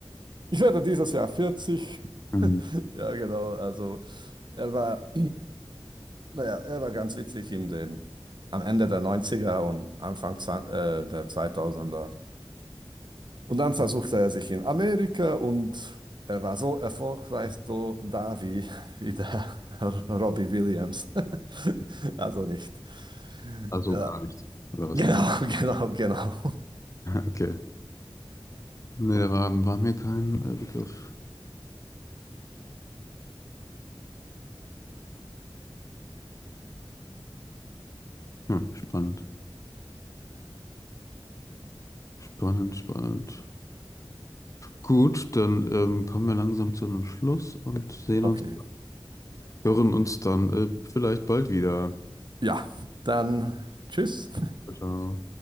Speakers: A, on the right; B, on the left.
A: Ich werde dieses Jahr 40.
B: Hm,
A: <laughs> Ja, genau, also er war. Naja, er war ganz witzig in den, am Ende der Neunziger und Anfang zwa- äh, der zweitausender. Und dann versuchte er sich in Amerika und er war so erfolgreich so da wie, wie der <laughs> Robbie Williams. <laughs> Also nicht.
B: also
A: Ja,
B: gar nicht,
A: <laughs>
B: oder was?
A: genau,
B: <laughs>
A: genau, genau.
B: Okay. Nee, da war, war mir kein äh, Begriff. Hm, spannend. Spannend, spannend. Gut, dann ähm, kommen wir langsam zu einem Schluss und sehen
A: Okay.
B: uns, hören uns dann äh, vielleicht bald wieder.
A: Ja, dann tschüss.
B: Ciao.